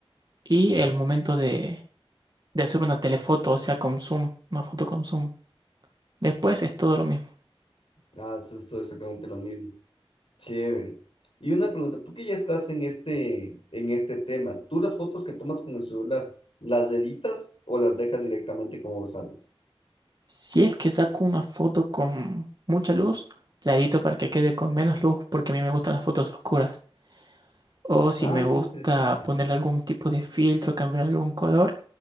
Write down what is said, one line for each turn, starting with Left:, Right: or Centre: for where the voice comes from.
Right: y
Left: Mm,
Right: el momento de, de hacer una telefoto, o sea, con zoom, una foto con zoom. Después es todo lo mismo.
Left: Ah, esto es todo exactamente lo mismo. Chévere. Y una pregunta, tú que ya estás en este, en este tema, ¿tú las fotos que tomas con el celular, las editas o las dejas directamente como salen?
Right: Si es que saco una foto con mucha luz, la edito para que quede con menos luz porque a mí me gustan las fotos oscuras. O si
Left: Ah,
Right: me gusta
Left: qué interesante.
Right: ponerle algún tipo de filtro, cambiar algún color,